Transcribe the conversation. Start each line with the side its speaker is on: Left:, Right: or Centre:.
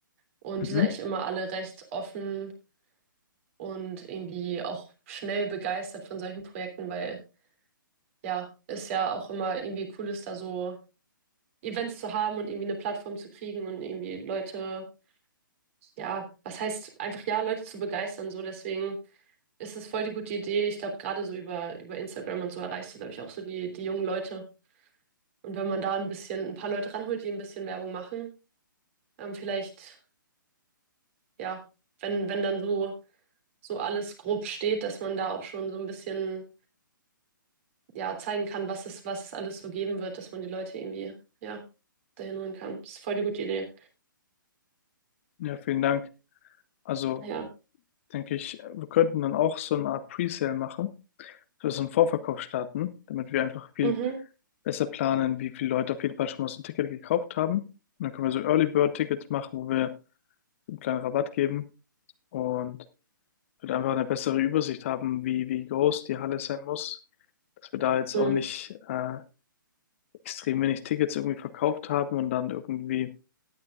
Right: Und
Left: Mhm.
Right: die sind eigentlich immer alle recht offen und irgendwie auch schnell begeistert von solchen Projekten, weil ja, ist ja auch immer irgendwie cool ist, da so Events zu haben und irgendwie eine Plattform zu kriegen und irgendwie Leute, ja, was heißt einfach ja, Leute zu begeistern, so deswegen ist es voll die gute Idee. Ich glaube, gerade so über, über Instagram und so erreichst du, glaube ich, auch so die, die jungen Leute. Und wenn man da ein bisschen, ein paar Leute ranholt, die ein bisschen Werbung machen, ähm, vielleicht ja, wenn, wenn dann so, so alles grob steht, dass man da auch schon so ein bisschen, ja, zeigen kann, was es, was es alles so geben wird, dass man die Leute irgendwie, ja, dahin holen kann. Das ist voll die gute Idee.
Left: Ja, vielen Dank. Also,
Right: Ja.
Left: denke ich, wir könnten dann auch so eine Art Presale machen, für so einen Vorverkauf starten, damit wir einfach viel
Right: Mhm.
Left: besser planen, wie viele Leute auf jeden Fall schon mal so ein Ticket gekauft haben. Und dann können wir so Early Bird Tickets machen, wo wir so einen kleinen Rabatt geben und wird einfach eine bessere Übersicht haben, wie, wie groß die Halle sein muss, dass wir da jetzt
Right: Mhm.
Left: auch nicht äh, extrem wenig Tickets irgendwie verkauft haben und dann irgendwie